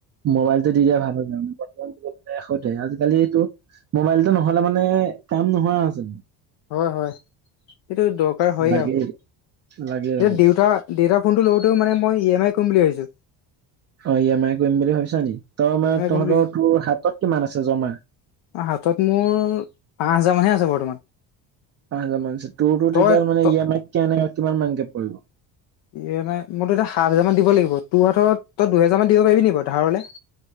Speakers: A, on the right; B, on the left.
A: মোবাইলটো দি দিয়াই ভাল হয় যায়। সতে আজিকালিটো মোবাইলটো নহ'লে মানে কাম নোহোৱা আছে।
B: হয় হয় এইটো দক দৰকাৰ হয়ে
A: লাগে
B: আৰু
A: লাগে লাগে
B: এতিয়া দেউতা দেউতাৰ ফোনটো লওঁতেও মানে মই ই এম আই কৰিম বুলি ভাবিছোঁ।
A: অ' ই এম আই কৰিম বুলি ভাবিছা নেক তই মে
B: ই এম আই কৰিম
A: তহঁতৰ
B: বুলি ভাবিছো
A: তোৰ হাতত কিমান আছে জমা?
B: হাতত মোৰ পাঁচ হাজাৰ মানহে আছে বৰ্তমান।
A: পাঁচ হাজাৰ মান আছে তোৰ তো
B: তই
A: তেতিয়া মানে
B: ত
A: ই এম আইত কেনে কিমান মানকে পৰিব?
B: ই এম আই মইতো এতিয়া সাত হাজাৰমান দিব লাগিব। তোৰ হাতত তই দুহেজাৰ মান দিব পাৰি নি বাৰু ধাৰলৈ?